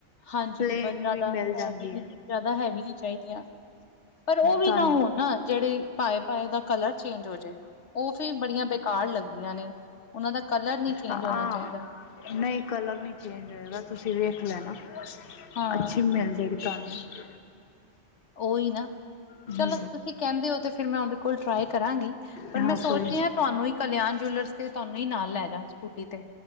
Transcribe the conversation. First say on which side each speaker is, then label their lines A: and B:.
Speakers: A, on the left; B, on the left.
A: ਹਾਂ <inaudible> ਹਾਂਜੀ
B: ਪਲੇਨ
A: ਬ ਜ਼ਿਆਦਾ
B: ਵੀ ਮਿਲ ਜਾਂਦੀ
A: ਹੈ ਵੀ ਨਹੀਂ ਜ਼ਿਆਦਾ ਹੈਵੀ ਨਹੀਂ ਚਾਹੀਦੀਆਂ, ਪਰ ਉਹ ਵੀ
B: ਤੁਹਾਨੂੰ
A: ਨਾ ਹੋਣ ਨਾ, ਜਿਹੜੇ ਪਾਏ -ਪਾਏ ਦਾ ਕਲਰ ਚੇਜ ਹੋ ਜੇ, ਉਹ ਵੀ ਬੜੀਆਂ ਬੇਕਾਰ ਲਗਦੀਆਂ ਨੇ, ਉਹਨਾਂ ਦਾ ਕਲਰ ਨਹੀ ਚੇਂਜ
B: ਹਾਂ
A: ਹੋਣਾ ਚਾਹੀਦਾ-
B: ਨਹੀਂ ਕਲਰ ਨਹੀਂ ਚੇਂਜ ਹੋਏਗਾ, ਤੁਸੀਂ ਵੇਖ ਲੈਣਾ,
A: ਹਾਂ
B: ਅੱਛੀ ਮਿਲ ਜਾਵੇਗੀ। ਗਨੂੰ <unintelligible>
A: ਉਹੀ ਨਾ,
B: ਹਮ
A: ਚਲੋ ਤੁਸੀ ਕਹਿੰਦੇ ਹੋ ਤੇ ਫਿਰ ਮੈ ਉਹਦੇ ਕੋਲ ਟਰਾਈ ਕਰਾਂਗੀ। ਪਰ
B: ਹਾਂ
A: ਮੈਂ ਸੋਚ
B: ਕੋਈ ਨੀ
A: ਰਹੀ ਹਾਂ ਤੁਹਾਨੂੰ ਹੀ ਕਲਿਆਣ ਜਵੈਲਰਜ਼ ਤੇ, ਤੁਹਾਨੂੰ ਹੀ ਨਾਲ ਲੈ ਜਾ ਸਕੂਟੀ ਤੇ।